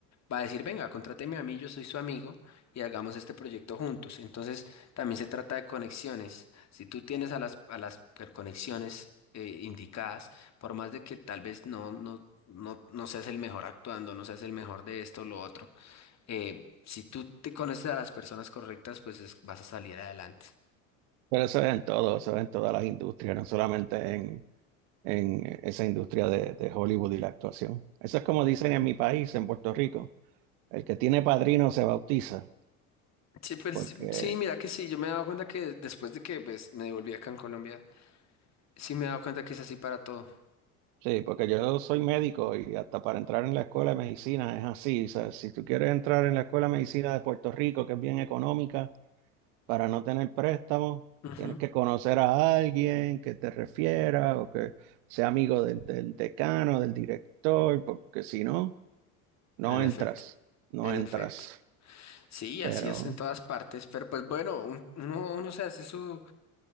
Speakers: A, on the left; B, on the right.
A: va a decir, venga, contráteme a mí, yo soy su amigo y hagamos este proyecto juntos. Entonces, también se trata de conexiones. Si tú tienes a las, a las per- conexiones eh, indicadas, por más de que tal vez no, no, no, no seas el mejor actuando, no seas el mejor de esto o lo otro, eh, si tú te conoces a las personas correctas, pues es- vas a salir adelante.
B: Pero eso es en todo, eso es en todas las industrias, no solamente en, en esa industria de, de Hollywood y la actuación. Eso es como dicen en mi país, en Puerto Rico, el que tiene padrino se bautiza,
A: Sí, pero
B: porque
A: sí, sí, mira que sí, yo me he dado cuenta que después de que pues, me devolví acá en Colombia, Sí me he dado cuenta que es así para todo.
B: sí, porque yo soy médico y hasta para entrar en la escuela de medicina es así. O sea, si tú quieres entrar en la escuela de medicina de Puerto Rico, que es bien económica, para no tener préstamos,
A: Ujú.
B: tienes que conocer a alguien que te refiera o que sea amigo del, del decano, del director, porque si no, no
A: En efecto,
B: entras, no
A: en
B: entras.
A: efecto. Sí, así
B: Pero
A: es en todas partes, pero pues bueno, un- uno, uno se hace su,